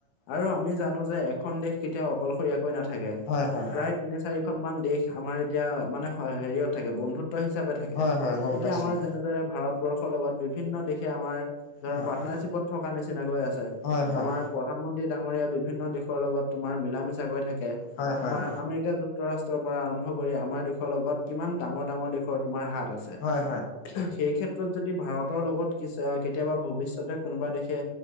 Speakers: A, on the left; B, on the left.
A: আৰু আমি জানো যে এখন দেশ কেতিয়াও অকলশৰীয়াকৈ নাথাকে
B: হয় হয়
A: প্ৰায় তিনি চাৰি কেইখনমান দেশ আমাৰ এতিয়া মানে হেৰিয়ত থাকে বন্ধুত্ব হিচাপে থাকে।
B: হয় হয় গম
A: এতিয়া
B: পাইছোঁ
A: আমাৰ যেনেদৰে ভাৰতবৰ্ষৰ লগত বিভিন্ন দেশে আমাৰ
B: হয়
A: ধৰা পাৰ্টনাৰশ্বিপত
B: হয়।
A: থকা নিচিনাকৈ আছে।
B: হয় হয়।
A: আমাৰ প্ৰধানমন্ত্ৰী ডাঙৰীয়া বিভিন্ন দেশৰ লগত তোমাৰ মিলা মিছা কৈ থাকে।
B: হয় হয়
A: আমাৰ
B: হয়।
A: আমেৰিকা যুক্ত যুক্তৰাষ্ট্ৰৰ পৰা আৰম্ভ কৰি আমাৰ দেশৰ লগত কিমান ডাঙৰ ডাঙৰ দেশৰ তোমাৰ হাত আছে।
B: হয়
A: সেই ক্ষেত্ৰত ক্ষেত্ৰত যদি ভাৰতৰ লগত কি কেতিয়াবা ভৱিষ্যতে কোনোবা দেশে